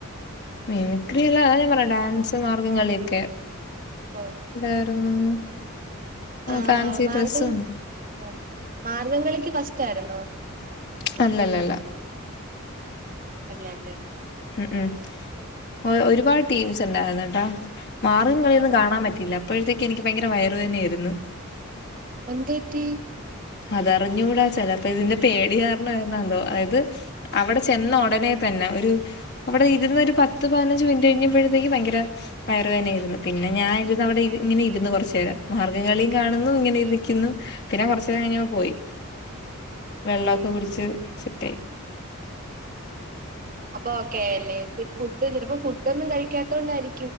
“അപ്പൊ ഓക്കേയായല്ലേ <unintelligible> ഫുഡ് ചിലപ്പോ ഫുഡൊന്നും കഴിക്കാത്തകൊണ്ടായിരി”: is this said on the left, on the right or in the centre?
Right